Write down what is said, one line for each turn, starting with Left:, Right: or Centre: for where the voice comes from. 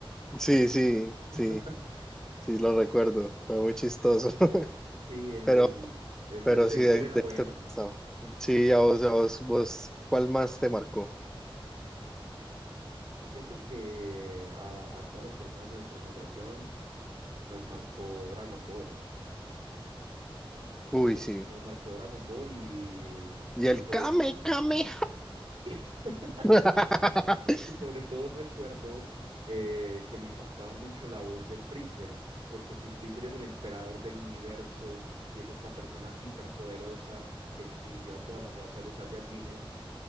Centre: sí, sí,
Right: <laughs>
Centre: sí, sí, lo recuerdo, fue muy chistoso. <laughs>
Right: Sí, el,
Centre: Pero,
Right: el, el,
Centre: pero
Right: el Dexter
Centre: sí, de,
Right: era
Centre: de
Right: bueno.
Centre: este pasado. Sí, a vos, a vos, vos, ¿cuál más te marcó?
Right: Yo siento que a, a todas las personas de nuestra generación nos marcó Dragon Ball.
Centre: Uy,
Right: Nos,
Centre: sí.
Right: nos marcó Dragon Ball y,
Centre: Y el
Right: y sobre...
Centre: Kame Kame
Right: <laughs>
Centre: <laughs>
Right: Y sobre todo recuerdo eh, que me impactaba mucho la voz de Freezer, porque si Freezer es el emperador del universo y es esta persona hiperpoderosa que extinguió a toda la raza de los Saiyajines,